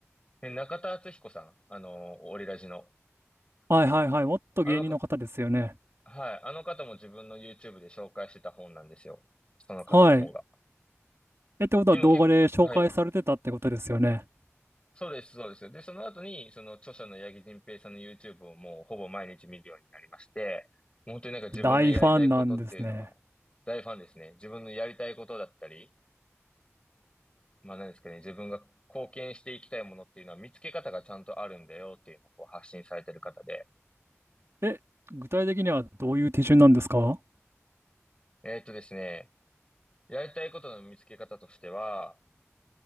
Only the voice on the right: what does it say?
はいはいはい。もっと芸人の方ですよね。
はい。え、ってことは動画で紹介されてたってことですよね。
大ファンなんですね。
え、具体的にはどういう手順なんですか